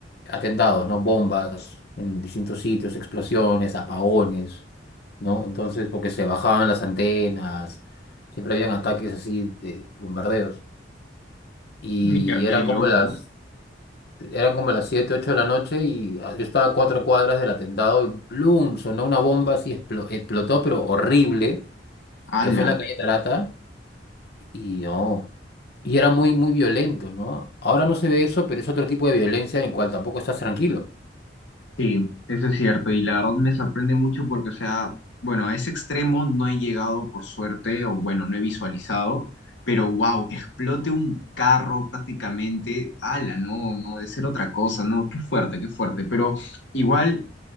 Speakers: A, on the left; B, on the left.
A: atentados, ¿no? Bombas en distintos sitios, explosiones, apagones. ¿no? Entonces, porque se bajaban las antenas, siempre habían ataques así de bombardeos. Y
B: mira, qué
A: eran
B: loco.
A: como las, eran como las 7 8 de la noche y ah, yo estaba a cuatro cuadras del atentado y ¡plum! Sonó una bomba así, explo- explotó, pero horrible,
B: Ala.
A: que fue en la calle Tarata y no. Y era muy, muy violento, ¿no? Ahora no se ve eso, pero es otro tipo de violencia en el cual tampoco estás tranquilo.
B: Sí, eso es cierto. Y la verdad me sorprende mucho porque, o sea, bueno, a ese extremo no he llegado por suerte, o bueno, no he visualizado, pero wow, que explote un carro prácticamente. Ala, no, no, debe ser otra cosa, no, qué fuerte, qué fuerte. Pero igual.